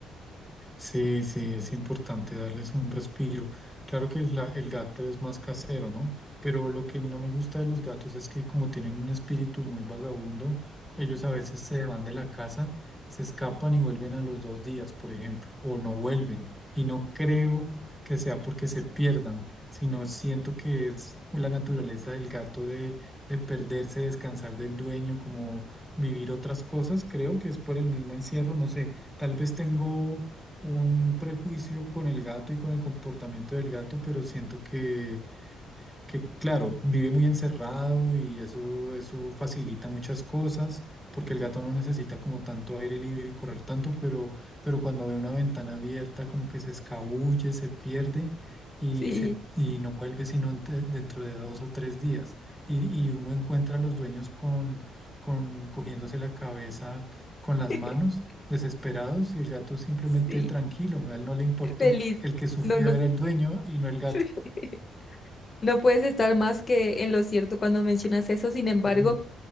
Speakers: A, in the centre; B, on the left (about 35°).
A: Sí, sí, es importante darles un respiro. Claro que el, la- el gato es más casero, ¿no? Pero lo que no me gusta de los gatos es que como tienen un espíritu muy vagabundo, ellos a veces se van de la casa, se escapan y vuelven a los dos días, por ejemplo, o no vuelven. Y no creo que sea porque se pierdan, sino siento que es la naturaleza del gato de, de perderse, descansar del dueño, como vivir otras cosas. Creo que es por el mismo encierro, no sé. Tal vez tengo un prejuicio con el gato y con el comportamiento del gato, pero siento que que claro, vive muy encerrado y eso, eso facilita muchas cosas, porque el gato no necesita como tanto aire libre y correr tanto, pero, pero cuando ve una ventana abierta como que se escabulle, se pierde y,
B: Sí,
A: se, y no vuelve sino ante- dentro de dos o tres días. Y, y uno encuentra a los dueños con, con cogiéndose la cabeza con las
B: <laughs>
A: manos, desesperados, y el gato simplemente
B: sí,
A: tranquilo, a él no le importó,
B: feliz.
A: el que sufrió
B: No, no.
A: era el dueño y no el gato.
B: <laughs> No puedes estar más que en lo cierto cuando mencionas eso. Sin embargo,
A: Sí.